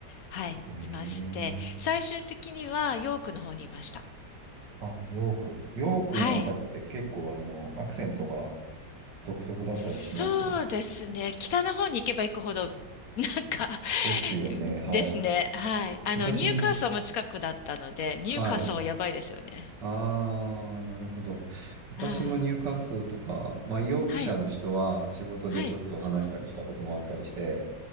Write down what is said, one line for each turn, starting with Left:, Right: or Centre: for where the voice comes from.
Left: はい、
Right: えー、
Left: いまして、最終的にはヨークの方にいました。
Right: あ、ヨーク。ヨークのあたりって結構、
Left: はい。
Right: あの、アクセントが独特だったりします
Left: そうですね。北の方に行けば行くほど、<laughs> なんか
Right: ですよね。はい。
Left: ですね。はい。あの、
Right: 私も、
Left: ニューカーソルも近くだったので、
Right: はい。
Left: ニューカーソルはやばいですよね。
Right: あー、なるほど。私もニューカッスルとか、
Left: はい。
Right: まあ、ヨークシャーの人は仕事でちょっと話したりしたこともあったりして、
Left: はい。はい。